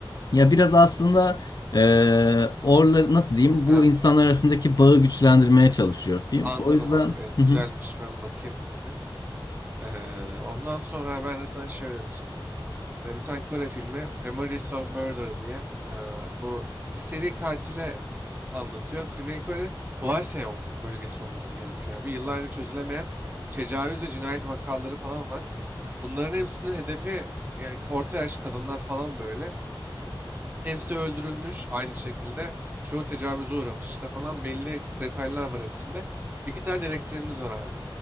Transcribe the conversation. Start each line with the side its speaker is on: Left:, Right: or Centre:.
Left: Ya biraz aslında eee orla nasıl diyeyim
Right: Ha,
Left: bu insanlar arasındaki bağı güçlendirmeye çalışıyor film.
Right: anladım
Left: O yüzden
Right: abi. Evet,
Left: hı
Right: güzelmiş.
Left: hı,
Right: Ben bakayım buna bir. E, ondan sonra ben de sana şey önereceğim. e, bir tane Kore filmi Memories of Murder diye e, bu bir seri katile anlatıyor. Güney Kore Hwaseong bölgesi olması gerekiyor abi. Yıllarca çözülemeyen tecavüz ve cinayet vakaları falan var. Bunların hepsinin hedefi ya, orta yaş kadınlar falan böyle. Hepsi öldürülmüş aynı şekilde. Çoğu tecavüze uğramış işte falan belli detaylar var hepsinde. İki tane dedektifimiz var abi.